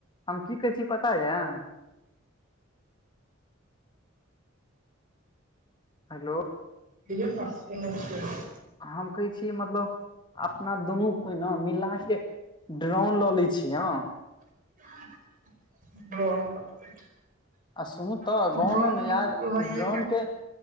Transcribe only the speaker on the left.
हम की कहै छी पता यऽ हेलो
हम कहै छीियै मतलब अपना दुनू कोइ न मिलााक ड्रोन लऽ लै छीिय अ
आ सुनू तऽ
गाँव मे नयार
ड्रोन के